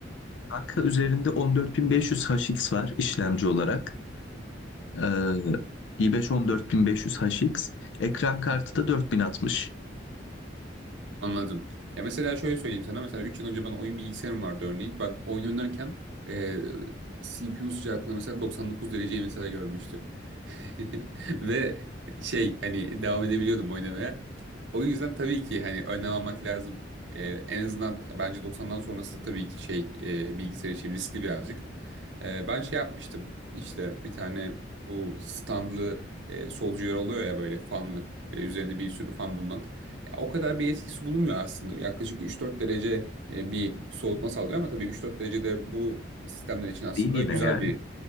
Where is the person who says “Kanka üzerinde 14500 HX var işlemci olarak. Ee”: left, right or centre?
Left